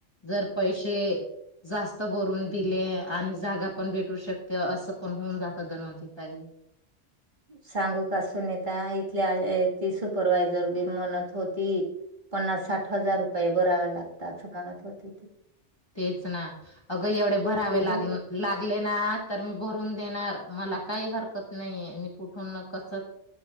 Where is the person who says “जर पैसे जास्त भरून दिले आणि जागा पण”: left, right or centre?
Left